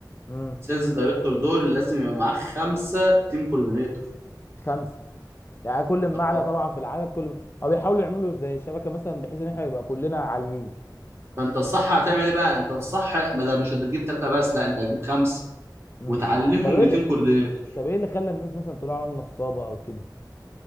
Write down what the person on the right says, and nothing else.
سيلز دايركتور دول لازم يبقى معاك خمسه تيم كوردينيتور
اه
فانت الصح هتعمل ايه بقى انت الصح ما ده مش هتجيب ثلاثه بس لا انت هتجيب خمسه
وتعلمهم
لتيم
كوردينيتور